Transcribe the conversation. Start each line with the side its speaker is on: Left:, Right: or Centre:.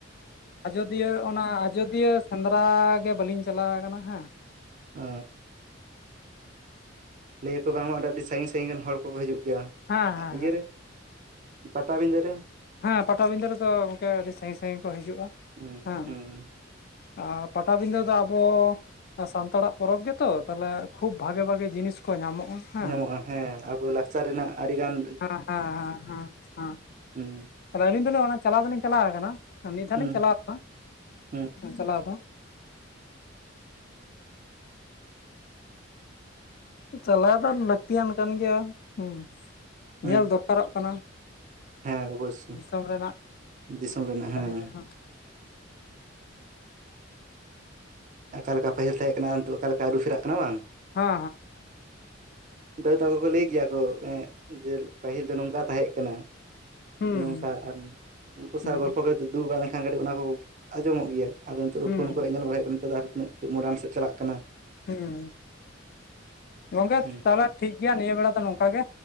Left: ᱟᱡᱚᱫᱤᱭᱟᱹ ᱚᱱᱟ ᱟᱡᱚᱫᱤᱭᱟᱹ ᱥᱮᱸᱫᱨᱟ ᱜᱮ ᱵᱟᱹᱞᱤᱧ ᱪᱟᱞᱟᱣ ᱠᱟᱱᱟ ᱦᱮᱸ
Right: ᱚ ᱞᱟᱹᱭ ᱟᱠᱚ ᱵᱟᱝ ᱢᱟ ᱚᱸᱰᱮ ᱟᱹᱰᱤ ᱥᱟᱺᱜᱤᱧ ᱥᱟᱺᱜᱤᱧ ᱨᱮᱱ ᱦᱚᱲ ᱠᱚ ᱠᱚ ᱦᱤᱡᱩᱜ ᱜᱮᱭᱟ
Left: ᱦᱮᱸ ᱦᱮᱸ
Right: ᱤᱭᱟᱹ
Left: ᱦᱮᱸ
Right: ᱨᱮ ᱯᱟᱴᱟᱵᱤᱫᱷᱟ ᱨᱮ
Left: ᱦᱮᱸ ᱯᱟᱴᱟᱵᱤᱫᱷᱟᱹ ᱨᱮ ᱫᱚ ᱜᱚᱝᱠᱮ ᱟᱹᱰᱤ ᱥᱟᱹᱜᱤᱧ ᱥᱟᱹᱜᱤᱧ ᱠᱚ ᱦᱤᱡᱩᱜᱼᱟ
Right: ᱦᱩᱸ
Left: ᱦᱮᱸ
Right: ᱦᱩᱸ
Left: ᱟ ᱯᱟᱴᱟᱵᱤᱫᱷᱟᱹ ᱫᱚ ᱟᱵᱚ ᱥᱟᱱᱛᱟᱲᱟᱜ ᱯᱚᱨᱚᱵ ᱜᱮᱛᱚ ᱛᱟᱞᱦᱮ ᱠᱷᱩᱵ ᱵᱷᱟᱜᱮ ᱵᱷᱟᱜᱮ ᱡᱤᱱᱤᱥ ᱠᱚ ᱧᱟᱢᱚᱜᱼᱟ᱾ ᱦᱮᱸ
Right: ᱧᱟᱢᱚᱜᱼᱟ ᱦᱮᱸ ᱟᱵᱚ ᱞᱟᱠᱪᱟᱨ ᱨᱮᱱᱟᱜ ᱟᱹᱰᱤ ᱜᱟᱱ
Left: ᱦᱮᱸ ᱦᱮᱸ ᱦᱮᱸ ᱦᱮᱸ ᱦᱮᱸ
Right: ᱦᱩᱸ
Left: ᱟᱹᱞᱤᱧ ᱫᱚᱞᱤᱧ ᱚᱱᱟ ᱪᱟᱞᱟᱣ ᱫᱚᱞᱤᱧ ᱪᱟᱞᱟᱣ ᱠᱟᱱᱟ ᱢᱤᱫ ᱫᱷᱟᱣ
Right: ᱦᱩᱸ
Left: ᱞᱤᱧ ᱪᱟᱞᱟᱣ ᱠᱟᱱᱟ
Right: ᱦᱩᱸ
Left: ᱪᱟᱞᱟᱣ ᱫᱚ ᱪᱟᱞᱟᱣ ᱫᱚ ᱞᱟᱹᱠᱛᱤᱭᱟᱱ ᱠᱟᱱ ᱜᱮᱭᱟ ᱦᱮᱸ
Right: ᱦᱩᱸ
Left: ᱧᱮᱞ ᱫᱚᱨᱠᱟᱨᱚᱜ ᱠᱟᱱᱟ
Right: ᱦᱮᱸ ᱚᱵᱚᱥᱥᱳᱭ
Left: ᱫᱤᱥᱚᱢ ᱨᱮᱱᱟᱜ
Right: ᱫᱤᱥᱚᱢ ᱨᱮᱱᱟᱜ ᱦᱮᱸ
Left: ᱟᱹᱨᱤ ᱡᱟᱦᱟᱸ
Right: ᱚᱠᱟ ᱞᱮᱠᱟ ᱯᱟᱹᱦᱤᱞ ᱛᱟᱦᱮᱸ ᱠᱟᱱᱟ ᱟᱨ ᱱᱤᱛᱳᱜ ᱚᱠᱟ ᱞᱮᱠᱟ ᱟᱹᱨᱩ ᱯᱷᱮᱨᱟᱜ ᱠᱟᱱᱟ ᱵᱟᱝ
Left: ᱦᱮᱸ
Right: ᱫᱟᱫᱩ ᱛᱟᱠᱚ ᱠᱚ ᱞᱟᱹᱭ ᱜᱮᱭᱟ ᱠᱚ ᱮ ᱡᱮ ᱯᱟᱹᱦᱤᱞ ᱫᱚ ᱱᱚᱝᱠᱟ ᱛᱟᱦᱮᱸ ᱠᱟᱱᱟ
Left: ᱦᱮᱸ
Right: ᱱᱚᱝᱠᱟ
Left: ᱦᱮᱸ
Right: ᱟᱨ ᱩᱱᱠᱩ
Left: ᱦᱩᱸ
Right: ᱥᱟᱶ ᱜᱚᱞᱯᱚ ᱠᱚ ᱫᱩᱲᱩᱵ ᱵᱟᱲᱟ ᱞᱮᱱᱠᱷᱟᱱ ᱠᱟᱴᱤᱡ ᱚᱱᱟ ᱠᱚ ᱟᱸᱡᱚᱢᱚᱜ ᱜᱮᱭᱟ ᱟᱫᱚ ᱫᱚ
Left: ᱦᱩᱸ
Right: ᱯᱷᱳᱱ ᱠᱚᱨᱮ ᱧᱮᱞ ᱵᱟᱲᱟ ᱦᱩᱭᱩᱜ ᱠᱟᱱᱟ ᱱᱤᱛᱚᱜ ᱫᱚ ᱟᱨ ᱛᱤᱱᱟᱹᱜ ᱴᱤ ᱢᱳᱰᱟᱱ ᱥᱮᱡ ᱪᱟᱞᱟᱜ ᱠᱟᱱᱟ
Left: ᱦᱮᱸ ᱜᱚᱝᱠᱮ
Right: ᱦᱩᱸ
Left: ᱛᱟᱦᱞᱮ ᱴᱷᱤᱠ ᱜᱮᱭᱟ ᱱᱤᱭᱟᱹ ᱵᱮᱲᱟ ᱫᱚ ᱱᱚᱝᱠᱟ ᱜᱮ